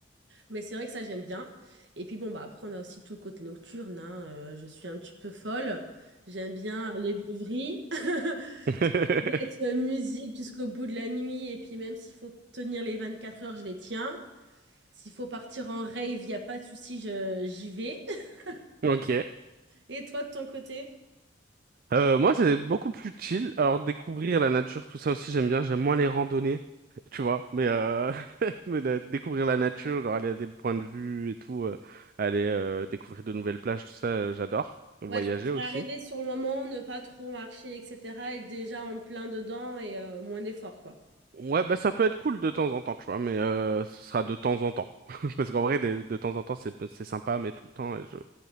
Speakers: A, on the right; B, on the right.
A: Mais c'est vrai que ça, j'aime bien. Et puis bon, bah après, on a aussi tout le côté nocturne, hein. Euh, je suis un petit peu folle. J'aime bien les beuveries, <laughs>
B: <laughs>
A: mettre euh, musique jusqu'au bout de la nuit. Et puis même s'il faut tenir les 24 heures, je les tiens. S'il faut partir en rave, il n'y a pas de souci, je- j'y vais. <laughs>
B: Ok.
A: Et toi, de ton côté?
B: Euh, moi, c'est beaucoup plus chill. Alors, découvrir la nature, tout ça aussi, j'aime bien. J'aime moins les randonnées, tu vois. Mais, euh, <laughs> mais la- découvrir la nature, genre aller à des points de vue et tout, euh, aller euh, découvrir de nouvelles plages, tout ça, euh, j'adore. Voyager
A: Ouais, je préfère
B: aussi.
A: arriver sur le moment, ne pas trop marcher, etc. Être déjà en plein dedans et euh, moins d'efforts, quoi.
B: Ouais, bah ça peut être cool de temps en temps, tu vois, mais euh, ce sera de temps en temps. <laughs> Parce qu'en vrai, de, de temps en temps, c'est c'est sympa, mais tout le temps, euh, je,